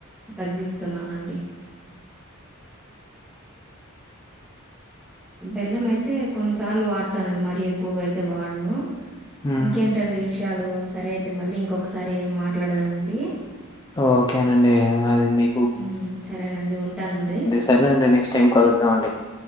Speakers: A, in the centre; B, on the left.
A: తగ్గిస్తున్నానండి బెల్లం అయితే కొన్నిసార్లు వాడతానండి మరి ఎక్కువగా అయితే వాడను
B: హ్మ్.
A: ఇంకేంటండి విషయాలు సరే అయితే మళ్ళీ ఇంకొకసారి మాట్లాడదామండి
B: ఓకేనండి అది మీ
A: హ్మ్ సరేనండి ఉంటాను మరి
B: తనేనండి నెక్స్ట్ టైం కలుద్దాం అండీ